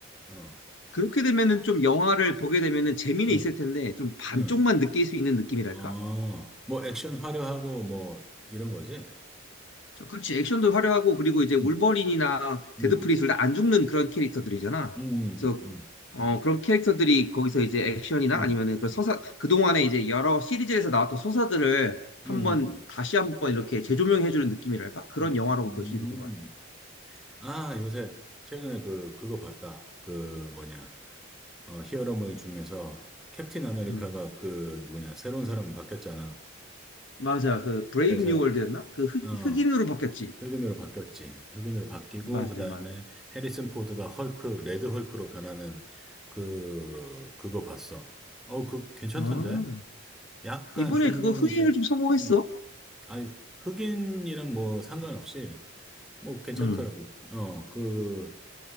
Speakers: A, in the centre; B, on the left.
A: <laughs> 어,
B: 그렇게 되면은 좀 영화를 보게 되면은 재미는
A: 응,
B: 있을 텐데 좀 반쪽만
A: 응,
B: 느낄 수 있는 느낌이랄까?
A: 어, 뭐 액션 화려하고 뭐 이런 거지?
B: 저- 그렇지. 액션도 화려하고 그리고 이제
A: 응,
B: 울버린이나 데드풀이
A: 응,
B: 둘 다 안 죽는 그런 캐릭터들이잖아.
A: 응, 응,
B: 그래서
A: 응,
B: 어 그런 캐릭터들이 거기서 이제 액션이나
A: 응,
B: 아니면은 그 서사
A: 응,
B: 그동안에 이제 여러 시리즈에서 나왔던 서사들을 한번
A: 응, 응,
B: 다시 한번 이렇게 재조명해 주는 느낌이랄까? 그런
A: 응.
B: 영화라고
A: 응.
B: 볼 수 있는 것 같아.
A: 아, 요새 최근에 그, 그거 봤다. 그 뭐냐, 어, 히어로물 중에서 캡틴 아메리카가
B: 음.
A: 그 누구냐, 새로운 사람 바뀌었잖아.
B: 맞아. 그 브레이브
A: 그래서,
B: 뉴 월드였나? 그 흑,
A: 어,
B: 흑인으로 바뀌었지.
A: 흑인으로 바뀌었지. 흑인으로 바뀌고
B: 맞아,
A: 그다음에
B: 맞아.
A: 해리슨 포드가 헐크, 레드 헐크로 변하는 그 그거 봤어. 어, 그 괜찮던데?
B: 어.
A: 약간
B: 이번에
A: 주인공이
B: 그거 흑인을
A: 이제
B: 좀 성공했어.
A: 음, 아니 흑인이랑 뭐 상관없이 뭐 괜찮더라고.
B: 음.
A: 어, 그